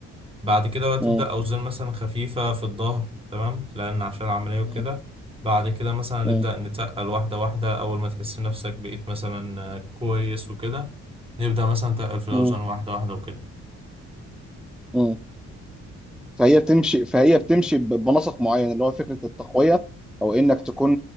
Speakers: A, on the right (about 20°); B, in the centre.
A: بعد كده بقى تبدأ
B: مم.
A: أوزان مثلا خفيفة في الظهر تمام لأن عشان العملية وكده
B: مم.
A: بعد كده مثلا نبدأ
B: مم.
A: نتقل واحدة واحدة أول ما تحس نفسك بقيت مثلا آه، كويس وكده نبدأ مثلا نتقل في الأوزان
B: مم.
A: واحدة واحدة وكده
B: مم. فهي بتمشي فهي بتمشي ب- بنسق معين اللي هو فكرة التقوية او انك تكون